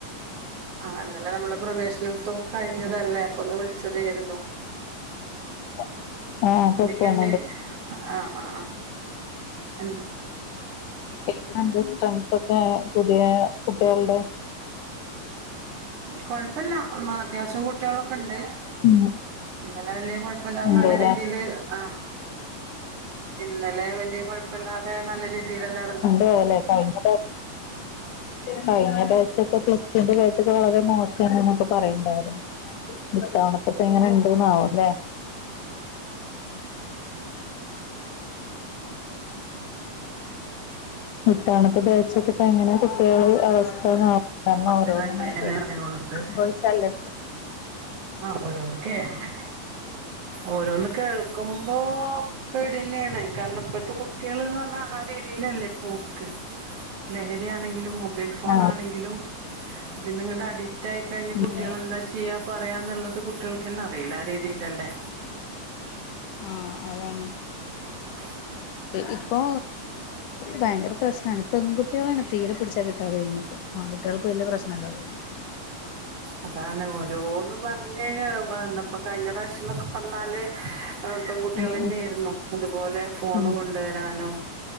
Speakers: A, on the right; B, on the left.
A: ആഹ് ഇന്നലെ നമ്മളെ പ്രവേശനോത്സവം കഴിഞ്ഞതല്ലേ അപ്പൊ ഒന്ന് വിളിച്ചതായിരുന്നു
B: <unintelligible> ത്യാവശ്യം
A: എന്തൊക്കെയുണ്ട് ആ ആ ആ എന്ത്
B: എങ്ങനണ്ട് സ്‌ട്രെങ്ത് ഒക്കെ പുതിയ കുട്ടികളുടെ
A: കൊഴപ്പില്ല അത്യാവശ്യം കുട്ടികളൊക്കെ ഉണ്ട്
B: ഉം
A: ഇന്നലെ വലിയ കുഴപ്പില്ലാതെ
B: ഉണ്ട്ല്ലേ
A: നല്ല രീതിയില് ആഹ് ഇന്നലെ വലിയ കുഴപ്പില്ലാതെ നല്ല രീതിയില് നടന്ന്
B: <unintelligible> കഴിഞ്ഞാ പ്രാവി കഴിഞ്ഞ ദിവസത്തെ പ്ലസ് ടു ന്റെ ബാച്ചൊക്കെ വളരെ മോശന്നൊക്കെ പറയണ്ടായിരുന്നു ഇത്തവണത്തെ എങ്ങനെ ഇണ്ട്ന്നാവുംല്ലേ? ഇത്തവണത്തെ ബാച്ചൊക്കെ. പ്പ എങ്ങനെ കുട്ടിള് അവസ്ഥന്നാവോ? കാരണം
A: കുറച്ച്
B: ഓരോ
A: കഴിഞ്ഞേ
B: ഇങ്ങനെ വരും
A: അറിയുള്ളത്
B: സംഭവിച്ചല്ല പ്പ
A: ആഹ ഓരോന്ന്കേ ഹ് ഓരോന്ന് കേൾക്കുമ്പൊ പേടിന്നേ ണ് കാരണം ഇപ്പോഴത്തെ കുട്ടികൾന്ന് പറഞ്ഞ ന്നാ ആ റീതിലല്ലേ പോക്ക് ലഹ രിയാണെങ്കിലും മൊബെൽ ഫോൺ
B: ആഹ്
A: ആണെങ്കിലും ഇതി നിങ്ങട്ട അഡിക്റ്റ് ആയി കഴിഞ്ഞാൽ
B: ഉം
A: കുട്ടികളെന്താ ചെയ്യാ പറയാന്ള്ളത് കുട്ടികൾക്ക്ന്നെ അറിയില്ല ആ രീതിയിൽഅല്ലേ
B: ആഹ അതാണ്
A: <inaudible>
B: ഇപ്പൊ ഭയങ്കര പ്രശ്നാണ് പെൺകുട്ടികളേണ് തീരെ പിടിച്ചാ കിട്ടാതെ വരുന്നപ്പോ അൺകുട്ട്യാക്ക് വല്ല്യ പ്രശ്നല്ല തോന്നുന്നു.
A: അതാണ് ഓരോന്ന് പറ ന്നേ <unintelligible> ന്തപ്പ കഴിഞ്ഞ പ്രാവശ്യം ന്നൊക്കെ പറഞ്ഞാല് പെൺകുട്ട്യാളെന്നേയ്ന്നു
B: ഉം
A: അതുപോലെ ഫോണ്
B: ഉം
A: കൊണ്ടുവരാനും